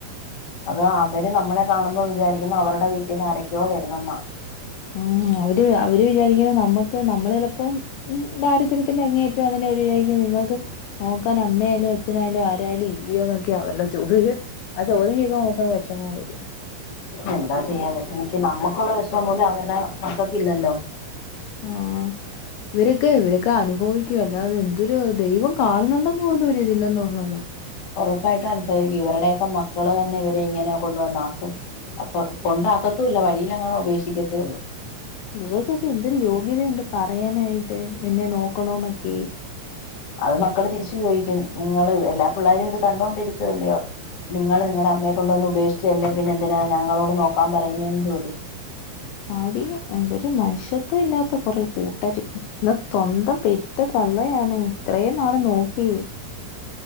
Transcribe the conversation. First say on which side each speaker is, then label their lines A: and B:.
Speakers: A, on the left; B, on the left.
A: അത് അവര് നമ്മളെ കാണുമ്പോ വിചാരിക്കുന്ന് അവരുടെ വീട്ടിന്ന് ആരക്യോ വരുന്നെന്ന.
B: ഉം അവര് അവര് വിചാരിക്കുന്നത് നമ്മുക്ക് നമ്മൾ ചെലപ്പം. ഉം ദാരിദ്ര്യത്തിന്റെ അങ്ങെ അറ്റം <unintelligible> അതിന്റെ ഒര് ഏകീയത നിങ്ങൾക്ക് ഇല്ല. നോക്കാൻ അമ്മയാലും അച്ഛനായാലും ആരാലും ഇല്ലെയോ. ല്ല ജോലി <unintelligible> അത് നമുക്ക വെഷമം വരു.
A: അന്താ ചെയ്യാ വെഷമിക്ക് നമ്മുക്കുള്ള വെഷമം പോലും അവരുടെ മക്കക്ക് ഇല്ലല്ലോ
B: ആ ഇവരൊക്കെ ഇവരൊക്കെ അനുഭവിക്കും. അല്ലാതെ എന്തൊരു <unintelligible> ദൈവം കാണുന്നുണ്ടന്ന് പോലും ഒരിതില്ലന്നുള്ളതാ.
A: ഒറപ്പായിട്ടും അനുഭവിക്കും ഇവരുടെയൊക്കെ മക്കള് തന്നെ ഇവരെ ഇങ്ങനെ. കൊണ്ടുവന്നാക്കും അപ്പൊ കൊണ്ടാക്കത്തൂല്ല വഴിയിലങ്ങണ ഉപേക്ഷിക്കത്തേ ഒള്ളൂ
B: ഇവർക്കൊക്കെ എന്തൊരു യോഗ്യതയുണ്ട് പറയാനായിട്ട് എന്നെ നോക്കണോന്നൊക്കെ
A: അത് മക്കള് തിരിച്ചു ചോദിക്കും ഇങ്ങള് എല്ലാ പിള്ളാരും ഇത് കണ്ടോണ്ടിരിക്കുവല്ലയോ. നിങ്ങൾ നിങ്ങളുടെ അമ്മയെ കൊണ്ടുവന്ന് ഉപേക്ഷിച്ചല്ലേ പിന്നെ എന്തിനാണ് ഞങ്ങളോട് നോക്കാൻ പറയുന്നേന്ന് ചോദിക്കും
B: ആര് എന്തരു മനുഷ്യത്വ ഇല്ലാത്ത കുറെ കൂട്ടർ എന്നാ സ്വന്തം പ ഇറ്റ തള്ളയാണ് ഇത്രയും നാള് നോക്കി.